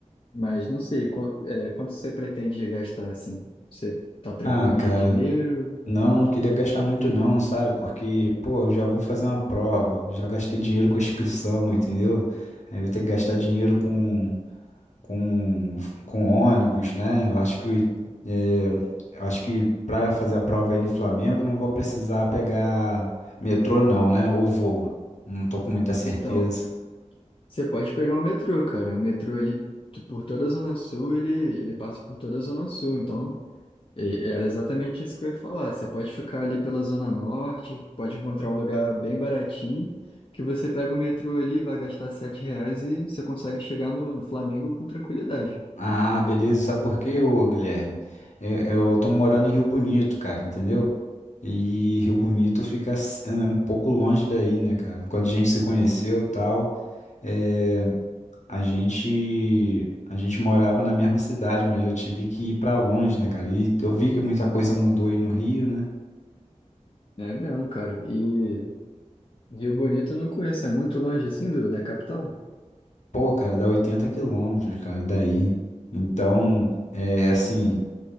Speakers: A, on the left (about 45°); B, on the left (about 70°).
A: Mas não sei, quan- é, quanto você pretende gastar, assim? Você tá tranquilo
B: Ah, cara,
A: de dinheiro?
B: Não, não queria gastar muito não, sabe? Porque, pô, eu já vou fazer uma prova, já gastei dinheiro com inscrição, entendeu? Aí vou ter que gastar dinheiro com, com, com ônibus, né? Eu acho que, é, eu acho que pra fazer a prova aí no Flamengo, não vou precisar pegar metrô não, né? Ou voo. Não tô com muita certeza.
A: Então. Você pode pegar o metrô, cara. O metrô, ele, tu- por toda a Zona Sul, ele, ele passa por toda a Zona Sul. Então, e- era exatamente isso que eu ia falar. Você pode ficar ali pela Zona Norte, pode encontrar um lugar bem baratinho, que você pega o metrô ali, vai gastar sete reais e você consegue chegar no, no Flamengo com tranquilidade.
B: Ah, beleza. Sabe por quê, ô Guilherme? É- é, Eu, tô morando em Rio Bonito, cara, entendeu? E Rio Bonito fica s- é, um pouco longe daí, né, cara? Quando a gente se conheceu e tal, é, a gente, a gente morava na mesma cidade, mas eu tive que ir pra longe, né, cara? E eu vi que muita coisa mudou aí no Rio, né?
A: É mesmo, cara. E Rio Bonito eu não conheço. É muito longe, assim, do, da capital?
B: Pô, cara, dá 80 quilômetros, cara, daí. Então, é assim.